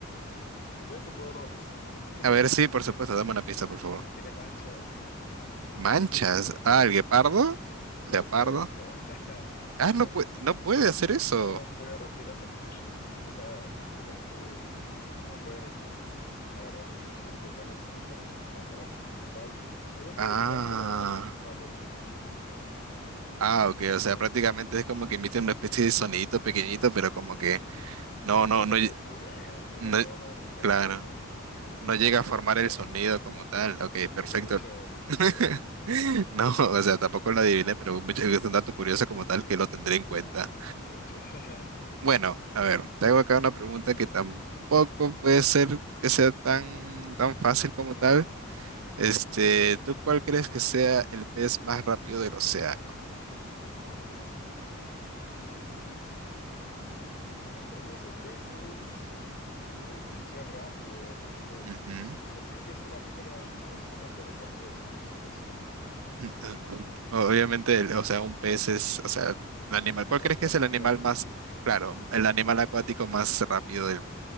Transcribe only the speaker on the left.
Si quieres te puedo dar una pista. <laughs>
Tiene manchas.
Es
correcto. <laughs> Exacto.
No puede rugir hasta... O sea, prácticamente no puede rugir. La verdad, sus cuerdas vocales no están hechas como para rugir como tal. Quizás puede
gritar, pero no ruge.
Así
es.
no puede
ser <laughs> "Ruar", como
el león o algún
otro animal. Exacto.
Bien,
bien hecho. Felicidades.
Sí, de hecho. <laughs>
En términos de peces, uy, que sea rápido, porque mm,
decir que es un mamífero no, no es como que lo opuesto de decir que es un pez, ¿no?
Con
escamitas.